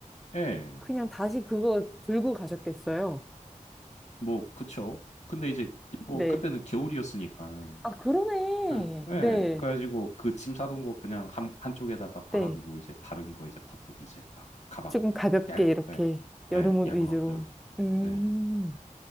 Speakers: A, on the left; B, in the centre.
A: 예.
B: 그냥 다시 그거 들고 가셨겠어요?
A: 뭐 그쵸. 근데 이제 일본
B: 네.
A: 그때는 겨울이었으니까는
B: 아, 그러네.
A: 그래, 예,
B: 네.
A: 그래가지고 그 짐 싸던 거 그냥 한, 한쪽에다가 박아두고
B: 네.
A: 이제 다른 거 이제 퍼뜩 이제 막 가방
B: 조금
A: 막
B: 가볍게
A: 얇,
B: 이렇게
A: 예,
B: 여름
A: 예,
B: 옷
A: 얇은
B: 위주로.
A: 옷들,
B: 음,
A: 예,